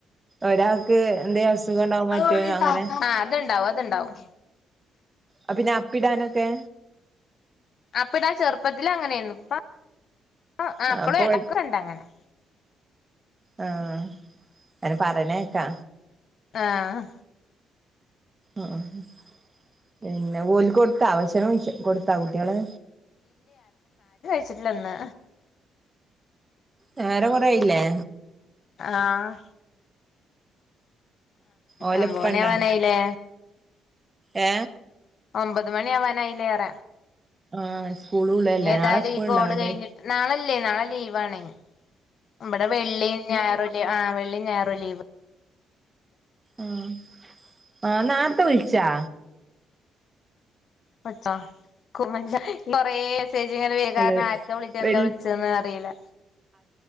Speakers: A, on the right (about 25°); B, on the left (about 60°).
A: ഒരാൾക്ക് എന്തേ അസുഖണ്ടാവും മറ്റോന്
B: ആഹ്
A: അങ്ങനെ
B: അതുണ്ടാവും അതുണ്ടാവും.
A: അ പിന്നെ അപ്പിടാനൊക്കെ?
B: അപ്പിടാൻ ചെറുപ്പത്തില് അങ്ങനെയ്ന്നു ഇപ്പ അ
A: ആഹ്
B: അപ്പളും
A: അപ്പൊ
B: ഇടക്കുണ്ടങ്ങനെ.
A: ആഹ് അൻ പറ നേക്കാ.
B: ആഹ്.
A: അ ആഹ് പിന്നെ ഓല് കൊടുത്താ അവശന കൊടുത്ത കുട്ട്യാള്
B: വച്ചിട്ടില്ലന്ന്.
A: നേരം കൊറായില്ലേ?
B: ആഹ്
A: ഓലപ്പണ്ടാ
B: ആമ്പോണയാവാനായില്ലേ
A: ഏ
B: ഒമ്പത് മണി ആവാനായിലേറ
A: ആഹ് സ്കൂളൂള്ളല്ലേ
B: ഇനി ഏതായാലും
A: നാളെ സ്കൂൾ
B: ഈ ഗോള്
A: ഉണ്ടാവണ്ടേ
B: കഴിഞ്ഞി നാളെല്ലേ നാളെ ലീവാണെ ഇമ്പടെ വെള്ളി ഞായറൂലേ ആഹ് വെ വെള്ളി ഞായറും ലീവ്
A: ആഹ് ആഹ നാറത്തെ വിളിച്ചൊ
B: പത്തോ <unintelligible> കുറേ <unintelligible>
A: അല്ല
B: ആർക്കാ വിളിട്ട് എന്താ
A: വെള്ളി
B: വിളിച്ചന്ന് അറിയില്ല